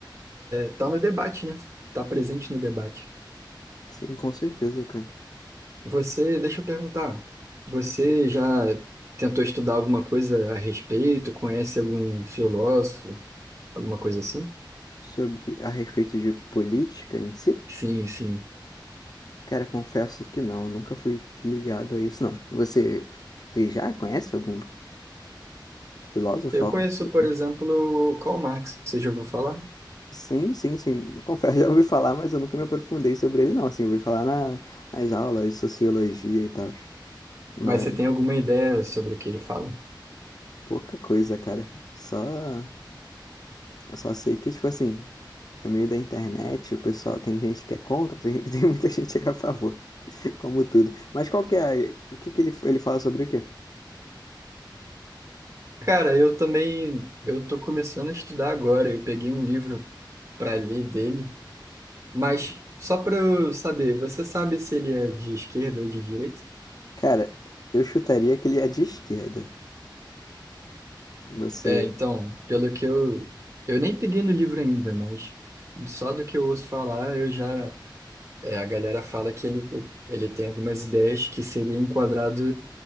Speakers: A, on the right; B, on the left.
A: estar no debate, né? Estar presente no debate.
B: Sim, com certeza, cara.
A: Você, deixa eu perguntar, você já tentou estudar alguma coisa a respeito? Conhece algum filósofo, alguma coisa assim?
B: Sobre a respeito de política em si.
A: Sim, sim.
B: Cara, confesso que não, nunca fui ligado a isso, não. Você, você já conhece algum filósofo?
A: Eu
B: algo
A: conheço,
B: do tipo?
A: por exemplo, o Karl Marx, você já ouviu falar?
B: Sim, sim, sim. Eu Confesso, já ouvi falar, mas eu nunca me aprofundei sobre ele, não. Assim, eu ouvi falar na, nas aulas de sociologia e tal. Mas
A: Mas você tem alguma ideia sobre o que ele fala?
B: pouca coisa, cara. Só, eu só sei que, tipo assim, no meio da internet, o pessoal tem gente que é contra, tem, <laughs> tem muita gente que é a favor. <laughs> Como tudo. Mas qual que é a, o que que ele, ele fala sobre o quê?
A: Cara, eu também, eu tô começando a estudar agora, eu peguei um livro para ler dele, mas só para eu saber, você sabe se ele é de esquerda ou de direita?
B: Cara, eu chutaria que ele é de esquerda. Você.
A: É, então, pelo que eu. Eu nem peguei no livro ainda, mas só do que eu ouço falar, eu já. É, a galera fala que ele, ele tem algumas ideias que seria enquadrado